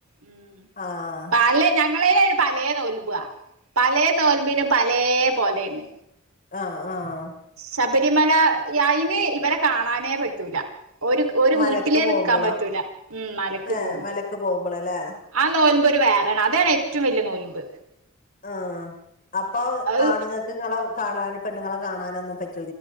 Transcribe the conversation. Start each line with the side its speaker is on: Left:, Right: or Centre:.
Right: ഉ
Left: ആഹ്
Right: അ ഞ ഞങ്ങളേനന് പലേ നോൽമ്പുവാ പലേ നോൽമ്പിനും പലേ പോലെയന്ന്
Left: ആഹ ആഹ
Right: ശബരിമല അയിന് ഇവരെ കാണാനേ പറ്റൂല ഒരു ഒരു
Left: മലക്ക്
Right: വീട്ടിലേ
Left: പോകുമ്പളോ
Right: നക്കാൻ പറ്റൂല ഉ മലക്ക്
Left: ഏ
Right: പോകുമ്പോ
Left: മലക്ക് പോകുമ്പോളല്ലേ
Right: ആ നോൽമ്പ് വേറേണ് അതാണ് ഏറ്റവും വലിയ നോൽമ്പ്
Left: ആ അപ്പൊ
Right: അത്
Left: ആണുങ്ങൾക്ക് ഇങ്ങളെ കാണാനും പെണ്ണുങ്ങളെ കാണാന ഒന്നും പറ്റ